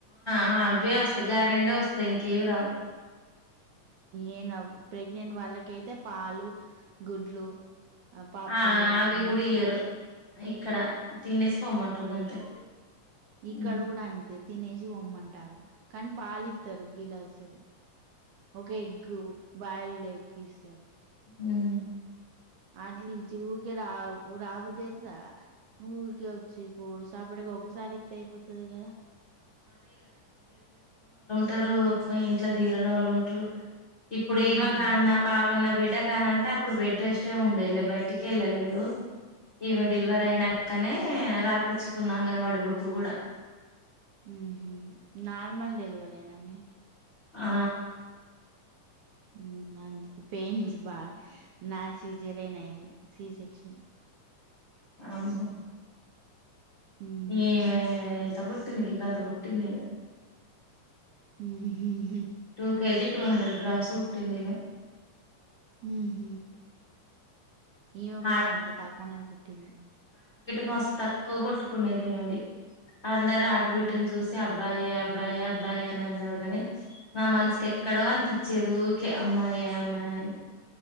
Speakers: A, on the left (about 35°); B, on the right (about 75°).
A: ఆ అవ్వే వస్తాయి గ్యారెండే వస్తాయి ఇంకేవి రావు
B: ఏను అవ్వు ప్రెగ్ నేను వాళ్ళకైతే పాలు గుడ్లు పప్పులు
A: ఆ అవి
B: అన్ని
A: కూడా
B: వస్తాయి
A: ఇయ్యరు ఇక్కడ తినేసి పోమంటారు గంతే
B: ఇక్కడ
A: ఉమ్
B: కూడా అంతే తినేసి పొమ్మంటాన్లు కానీ పాలు ఇత్తరు గిలాస్ సడు ఒక ఎగ్గు బయలడ్ ఎగ్గిస్తరు
A: హ్మ్
B: అట్లీ నుంచి ఊరికే రా రాబుద్ది అయితాద ఉరికే వచ్చి పొవుడు సప్పాడిగా ఒకసారి ఇత్తే అయిపోతాది కదా
A: తరువు ఇంట్లో తీరని వొళ్ళు ఉంటారు ఇప్పుడు
B: హ్మ్
A: ఏమ కాన్న పావన్న బిడ్డ అంటే అప్పుడు బెడ్ రెస్ట్ ఉండేలే బయటికే వెళ్ళలేదు ఇమె
B: హ్మ్
A: డెల్వరి అయినాంకనే రాపిచ్చుకున్నా అంగన్వాడి బుక్ కూడా
B: ఉహు నార్మల్ డెలివరి ఏనా మీది
A: ఆ
B: ఉ మంచిది పెయిన్స్ బాగా నాది సీజరిన్ అయింది సీ సెక్షన్
A: అవున
B: హ్మ్
A: ఈమే ఎంత బు పుటింద్, గింతంత పుట్టిందిమే
B: మ్మహ్హ్
A: two KG two hundred grams పుట్టింది ఈమే
B: మ్మహ్ ఈమె
A: హార్ట్
B: కూడా అంతే తక్కువనే పుట్టింది
A: మస్ తక్కువ కొట్టుకునేది ఈమెది అందరు హార్టబిట్టుని
B: హ్మ్
A: చూసి అబ్ అబ్బాయే అబ్బాయే అబ్బాయే అని అన్నరు కాని నా మనసుకి ఎక్కడో అనిపించేది ఉకే అమ్మాయే అమ్మాయి అని